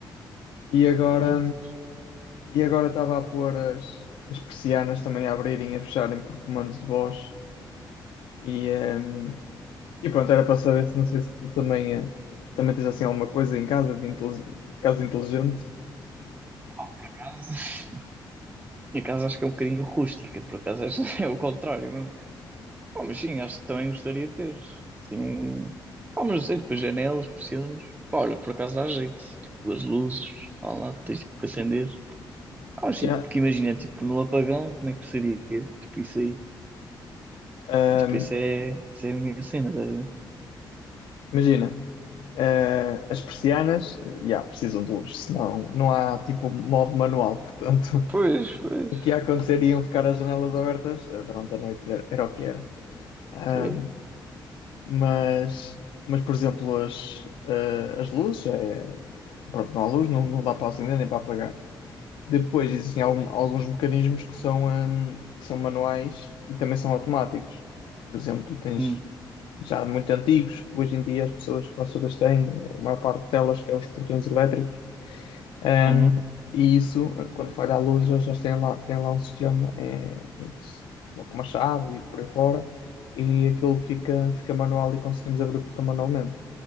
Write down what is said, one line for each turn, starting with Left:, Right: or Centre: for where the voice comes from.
Left: E agora,
Right: Graças.
Left: e agora estava a pôr as, as persianas também a abrirem e a fecharem por comandos de voz. E, ah, E pronto, era para saber se não sei se tu também, eh, também tens assim alguma coisa em casa de intelig- casa inteligente.
Right: Pá, por acaso. <laughs> Minha casa acho que é um bocadinho rústica, por acaso acho <laughs> é o contrário mesmo. Pá, mas sim, acho que também gostaria de ter. Assim, um... Pá, mas não sei, tipo, janelas, persianas. Pá, olha, por acaso dá jeito. Tipo, as luzes, lá lá, tens tipo que acender. Ah, mas
Left: Yeah.
Right: sim, porque imagina, tipo, no apagão, como é que seria? Tipo, isso aí.
Left: Ahm,
Right: Tipo, isso é, isso é a minha cena, estás a ver?
Left: imagina, eh, as persianas, eh, yeah, precisam de luz, senão não há tipo modo manual, portanto,
Right: Pois, pois,
Left: <laughs> o que ia acontecer iam ficar as janelas abertas eh, durante a noite, era era o que era. Ahm,
Right: pois.
Left: mas, mas, por exemplo, as, eh, as luzes, eh, pronto, não há luz, não, não dá para acender nem para apagar. Depois existem algum- alguns mecanismos que são, hum, que são manuais e também são automáticos. Por exemplo, tens
Right: Hum,
Left: já muito antigos, que hoje em dia as pessoas quase todas têm, a maior parte delas, que é os portões elétricos. Hum,
Right: uhum,
Left: e isso, quando falha a luz, eles já têm lá, têm lá um sistema eh, em que se coloca uma chave e por aí fora, e aquilo fica, fica manual e conseguimos abrir o portão manualmente.